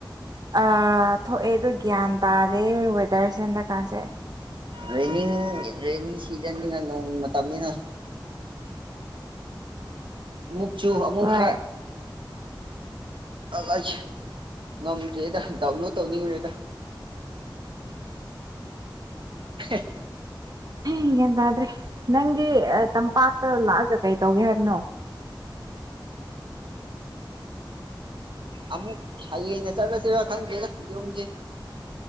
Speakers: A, on the right (about 50°); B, on the right (about 75°).
A: ꯑ ꯊꯣꯛꯑꯦ ꯑꯗꯣ ꯒ꯭ꯌꯥꯟ ꯇꯥꯗꯦ ꯋꯦꯗꯔꯁꯦ ꯍꯟꯗꯛꯀꯥꯟꯁꯦ꯫
B: ꯔꯦꯅꯤꯡ ꯔꯦꯅꯤ ꯁꯤꯖꯟꯅꯤꯅ ꯅꯣꯡ ꯃꯇꯝꯅꯤꯅ ꯑꯃꯨꯛ ꯆꯨ ꯑꯃꯨꯛ
A: ꯍꯣꯏ
B: ꯐ <unintelligible> ꯉꯝꯗ꯭ꯔꯦꯗ ꯗꯥꯎꯟ ꯂꯣꯗ ꯇꯧꯅꯤꯡꯔꯦꯗ ꯍꯦ
A: ꯍꯤ ꯒ꯭ꯥꯌꯟ ꯇꯥꯗ꯭ꯔꯦ ꯅꯪꯗꯤ ꯇꯝꯄꯥꯛꯇ ꯂꯥꯛꯑꯒ ꯀꯩ ꯇꯧꯒꯦ ꯍꯥꯏꯕꯅꯣ
B: ꯑꯃꯨꯛ ꯍꯌꯦꯡꯅ ꯆꯠꯂꯁꯤꯔ ꯈꯪꯗꯦꯗ ꯌꯨꯝꯖꯤ